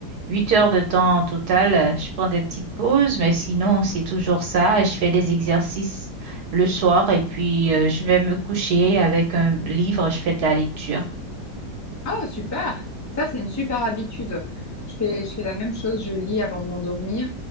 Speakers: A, on the right; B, on the left.
A: Huit heures de temps en total, euh, je prends des petites pauses, mais sinon, c'est toujours ça. Je fais des exercices le soir et puis euh, je vais me coucher avec un livre, je fais de la lecture.
B: Ah, super. Ça, c'est une super habitude. Je fais, je fais la même chose, je lis avant de m'endormir.